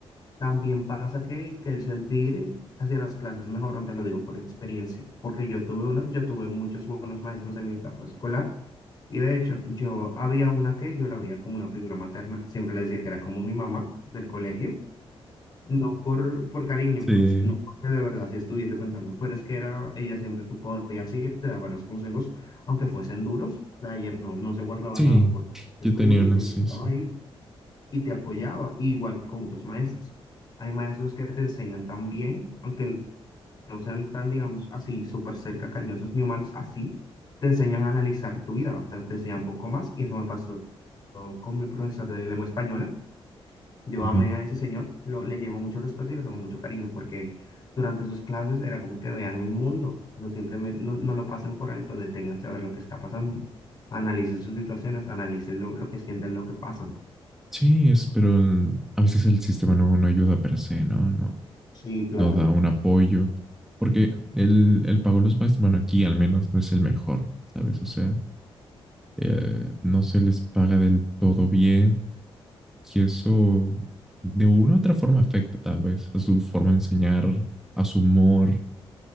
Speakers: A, on the left; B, in the centre.
A: también pasa que, que el sentir hacia las clases mejor te lo digo por experiencia, porque yo tuve una, yo tuve muchos buenos maestros en mi etapa escolar y de hecho yo había una que yo la veía como una figura materna, siempre le decía que era como mi mamá del colegio, no por, por cariño,
B: sí.
A: pues, no porque de verdad si estuviese pensando, pero es que era, ella siempre tú podías ir, te daba los consejos, aunque fuesen duros, o sea, ella no, no se guardaba
B: Sí,
A: nada por duro
B: yo tenía
A: y
B: una,
A: siempre
B: sí,
A: estaba
B: sí.
A: ahí y te apoyaba, y igual con otros maestros. Hay maestros que te enseñan tan bien, aunque no sean tan, digamos, así, súper cerca, cariñosos ni humanos, así, te enseñan a analizar tu vida, o sea, te enseñan poco más, y eso me pasó con mi profesor de lengua española. Yo
B: Ajá.
A: amé a ese señor, lo, le llevo mucho respeto y le tengo mucho cariño, porque durante sus clases era como que vean el mundo, no simplemente, no, no lo pasen por alto, deténganse a ver lo que está pasando, analicen sus situaciones, analicen lo, lo que sienten, lo que pasan.
B: Sí, es, pero el- a veces el sistema no, no ayuda per se, ¿no? No,
A: Sí, claro.
B: no da un apoyo. Porque el, el pago a los maestros, bueno, aquí al menos no es el mejor, ¿sabes? O sea, eh, no se les paga del todo bien Y eso de una u otra forma afecta tal vez a su forma de enseñar, a su humor